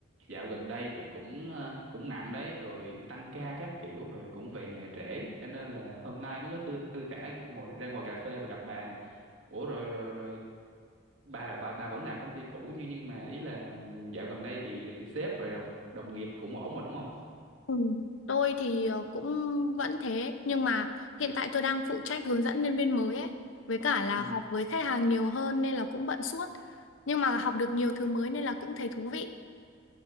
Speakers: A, on the right; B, on the left.
A: dạo gần đây thì cũng ờ, cũng nặng đấy rồi tăng ca các kiểu rồi cũng về nhà trễ cho nên là hôm nay mới có thư thư thả ngồi ra ngồi cà phê và gặp bà nè ủa rồi rồi rồi bà là bà, bà vẫn làm công ty cũ nhưng nhưng mà ý là dạo gần đây thì sếp rồi đồng, đồng nghiệp cũng ổn mà đúng không
B: Ừ. Tôi thì ờ, cũng vẫn thế, nhưng mà hiện tại tôi đang phụ trách hướng dẫn nhân viên mới ấy, với cả là
A: Ừ.
B: họp với khách hàng nhiều hơn nên là cũng bận suốt. Nhưng mà học được nhiều thứ mới nên là cũng thấy thú vị.